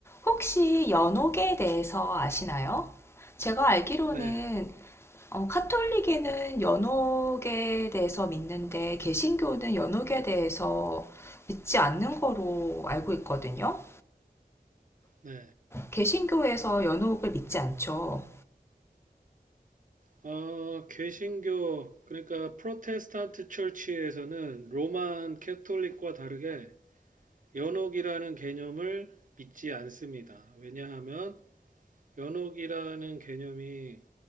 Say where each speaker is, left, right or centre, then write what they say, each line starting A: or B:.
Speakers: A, on the left; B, on the right.
A: 혹시 연옥에 대해서 아시나요? 제가 알기로는
B: 네,
A: 어, 카톨릭에는 연옥에 대해서 믿는데 개신교는 연옥에 대해서 믿지 않는 거로 알고 있거든요.
B: 네.
A: 개신교에서 연옥을 믿지 않죠.
B: 어, 개신교, 그러니까 프로테스탄트 처치에서는 로만 캐톨릭과 다르게 연옥이라는 개념을 믿지 않습니다. 왜냐하면 연옥이라는 개념이